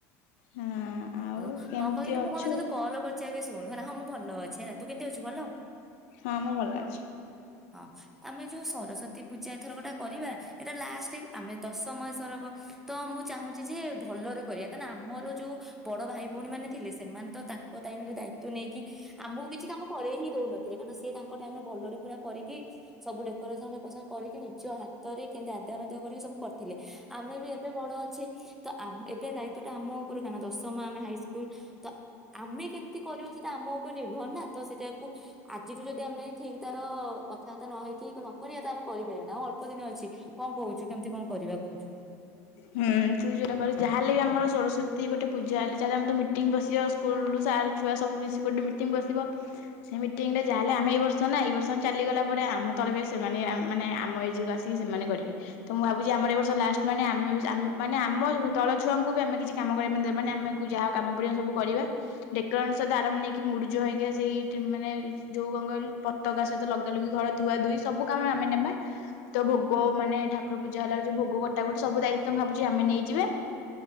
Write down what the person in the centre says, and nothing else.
ଆଉ
କଣ କହିଲୁ
ମୁଁ କମାଇଁ ତତେ କଲ କର ଚି ଆଗେ ଶୁଣୁ ହେଲା ହଁ ମୁଁ ଭଲ ଅଛି ହେଲା ତୁ କେମିତି ଅଛୁ ଭଲ?
ହଁ ଆମେ ଯୋଉ ସରସ୍ଵତୀ ପୂଜା ଏଥରକଟା କରିବା ଏଇଟା ଲାଷ୍ଟେ ଆମେ ଦଶ ମାସର ଗୋ ତ ମୁଁ ଚାହୁଁଛି ଯେ ଭଲରେ କରିବା କାଇଁନା ଆମର ଯୋଉ ବଡ ଭାଇ ଭଉଣୀମାନେ ଥିଲେ ସେମାନେ ତ ତାଙ୍କ ଟାଇମରେ ଦାୟିତ୍ଵ ନେଇକି ଆମକୁ କିଛି କାମ କରେଇ ହିଁ ଦଉନ ଥିଲେ, ‌ କିନ୍ତୁ ସିଏ ତାଙ୍କ ଟାଇମରେ ଭଲରେ ପୁରା କରିକି ସବୁ ଡେକୋରେସନ ଫେକୋରେସନ କରିକି ନିଜ ହାତରେ କେମତି ଆନ୍ତର ପାନ୍ତର କରିକି ସବୁ କରିଥିଲେ ଆମେ ବି ଏବେ ବଡ ଅଛେ ତ ଆମ ଏବେ ଦାୟିତ୍ୱଟା ଆମ‌ଉ ଉପରେ, ଆମେ ଦଶମ‌ ଆମେ ହାଇସ୍କୁଲ ଆମେ କେମିତି କରିବା ସେଟା ଆମ ଉପରେ ନିର୍ଭର ନା ତ ସେଇଟାକୁ ଆଜିଠୁ ଯଦି ଆମେ ଠିକ୍ ତାର କଥାବାର୍ତ୍ତା ନ ହେଇକି ନକରିବା ତାହେଲେ କରିପାରିବାନି, ଆଉ ଅଳ୍ପ ଦିନ ଅଛି। କଣ କହୁଛୁ କେମିତି କଣ କରିବା କହୁଛୁ?